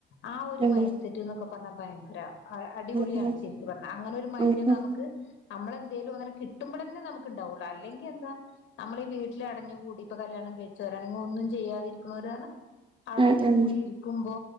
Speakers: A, on the left; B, on the right.
A: ആ ഒരു
B: ഉം
A: മൈൻഡ് സെറ്റ് എന്നൊക്കെ പറഞ്ഞാ ഭയങ്കര അഹ് അടിപൊളിയാണ്
B: ഉം ഉം
A: ശരിക്കു പറഞ്ഞൽ അങ്ങനെരു മൈൻഡ്
B: ഉം
A: ഒക്കെ
B: ഉം
A: നമുക്ക് നമ്മളെന്തേലും അങ്ങനെ കിട്ടുമ്പോൾ തന്നെ നമുക്ക്ണ്ടാവുള്ളൂ അല്ലെങ്കി എന്താ നമ്മളീ വീട്ടില് അടഞ് കൂടിപ്പൊ കല്യാണം കഴിച്ചവരാണെങ്കി ഒന്നും ചെയ്യാതിരിക്കുന്നവരാണ് അടഞ്ഞു
B: ഉം
A: കൂടിയിരിക്കുമ്പോ